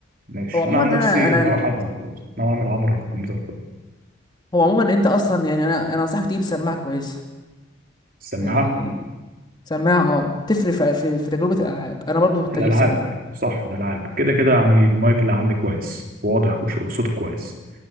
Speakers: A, on the right (about 45°); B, on the left (about 20°).
A: ماشي
B: هو عموما
A: انا عن
B: انا
A: نفسي
B: انا
A: ناوي
B: ال-
A: احدد برضه ناوي اعمل عمره للكمبيوتر كله
B: هو عموما انت اصلا يعني انا انا انصحك تجيب سماعه كويسه
A: السماعه
B: يعني سماعه اه بتفرق في في, في تجربه الالعاب انا برضو كنت
A: الالعاب
B: هجيب سماعه
A: صح الالعاب كده كده يعني المايك اللي عندي كويس واضح وش- وصوته كويس